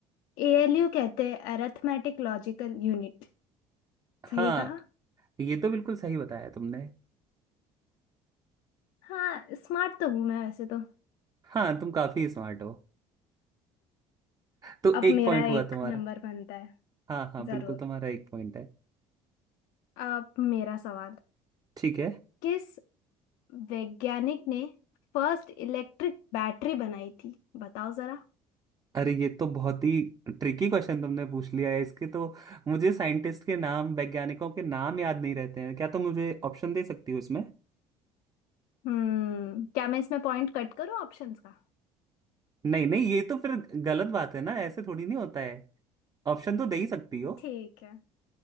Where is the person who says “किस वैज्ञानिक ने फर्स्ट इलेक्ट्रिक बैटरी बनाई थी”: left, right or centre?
Left